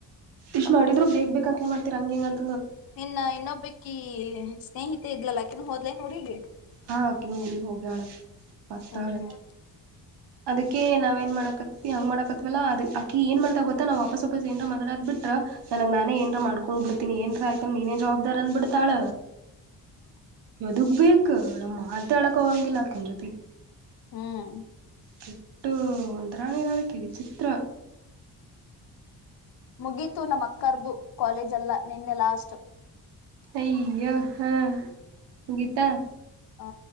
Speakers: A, on the right (about 80°); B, on the left (about 60°).
A: ಇಷ್ಟ್ ಮಾಡಿದ್ ಬಕ್ ಬೇಕ ಅಂತ ಮಾಡ್ತೀ ಹಿಂಗಂತ
B: ನಿನ್ನ ಇನ್ನೊಬ್ಬಕ್ಕ ಸ್ನೇಹಿತೆ ಇದ್ಲಲ್ಲಾಕಿನ್ನು ಹೋದ್ಲ ಹುಡುಿಗೆ
A: ಹಾ ಕನೂರಿ ಹೋಗಣ ಪತ್ತಾಳು
B: ಹ್ಮ್ ಹ್ಮ್
A: ಅದಕ್ಕೇ ನಾವೇನ್ ಮಕ ಹಂಗ್ ಮಾಡಕತ್ವಲ್ಲ ಅಕ್ಕಕ ಏನ್ ಮಾಡತ ಗೊತ್ತ ನಾವು ವಪಸ್ಾಪಸ್ ಏಂದತಡ್ ಬಿಟ್ ನನಗ್ ನಾನೇ ಏನ್ರ ಮಾಡ್ಕೊಂಡ್ ಬಿಡ್ತೀನಿ ಏನ್ರ ಆಯ್ತ ನೀನೇ ಜವಾಬ್ದಾರ್ ಅಂದಬಿಡ್ತಾಳ ಯದುಗ್ ಬಕ್ ನಮ್ಮ್ ಮಾತ ಆಡಕ ಹೋಗಂಗಿಲ್ಲ ಅಕನ್ ಜತಿ
B: ಹ್ಮ್
A: ಕೆಟ್ಟು ಒಂದರಣೆ ನಳಕ ವಿಚಿತ್ರ
B: ಮುಗೀತು ನ ಅಕ್ಕರ್ದು ಕಾಲೇಜಲ್ಲ ನಿನ್ನೆ ಲಾಸ್ಟ್
A: ಅಯ್ಯೋ ಹಾ ಗೀತಾ
B: ಆ